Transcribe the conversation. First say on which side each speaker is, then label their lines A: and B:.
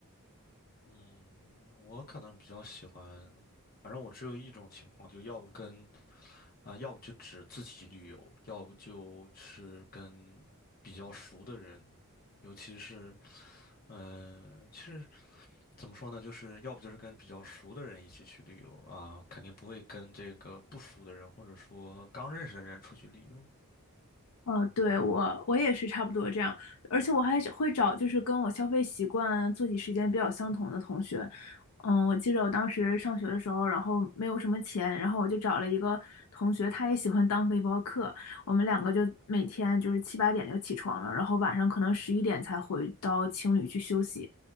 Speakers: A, on the left; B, on the left.
A: 嗯，我可能比较喜欢，反正我只有一种情况，就要不跟啊，要不就只自己旅游，要不就是跟比较熟的人，尤其是，嗯、其实怎么说呢，就是要不就是跟比较熟的人一起去旅游啊，肯定不会跟这个不熟的人或者说刚认识的人出去旅游。
B: 哦，对，我我也是差不多这样，而且我还会找就是跟我消费习惯、作息时间比较相同的同学。嗯，我记得我当时上学的时候，然后没有什么钱，然后我就找了一个同学，他也喜欢当背包客，我们两个就每天就是七八点就起床了，然后晚上可能十一点才回到青旅去休息。